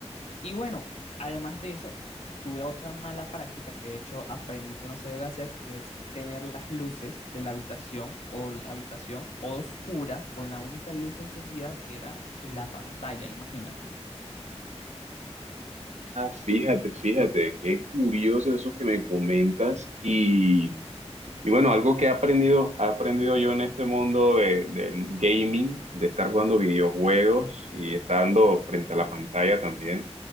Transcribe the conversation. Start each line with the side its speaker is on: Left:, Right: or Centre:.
Left: Y bueno, además de eso, tuve otra mala práctica que de hecho aprendí que no se debe hacer, que es tener las luces de la habitación o la habitación oscura con la única luz encendida que era la pantalla, imagínate.
Right: Ah, fíjate, fíjate, qué curioso eso que me comentas y, y bueno, algo que he aprendido, he aprendido yo en este mundo de- del gaming, de estar jugando videojuegos y estando frente a la pantalla también